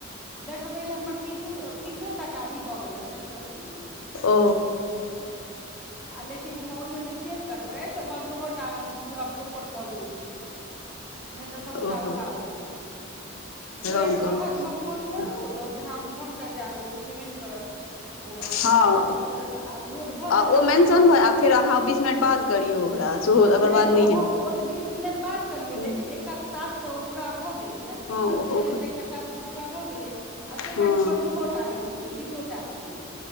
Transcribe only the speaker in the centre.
देखबै ले हमर तीसू तीसो टा काफी भ गेलए सक्सेसफुल,
आ लेकिन हम ओहिमे जे चेक करबै तऽ पन्द्रहो टा पूरा प्रोपर काॅल नै छै नहि तऽ
सभटा उएहवला
कोइ
कहत
जे हम फोन करू तऽ जहाँ हम फोन करबै आ की ओ उठेबे न‌इ करत। तऽ ओ अहाँके
अहाँके ओकर तऽ आ लोड भऽ
जायत अहाँके
ओ
ओ
नहि
ओ हॅं
ओ तऽ बीस मिनट बाद करियौ लेकिन
एकटा तऽ टास्क तऽ ओ पूरा भऽ गेलै ने। से
बात कहै ले तऽ एकटा टास्क ओ पूरा भऽ गेलै आ से
करीब पन्द्रहोटा एहन हेतै बीसो टा। टा हेतै।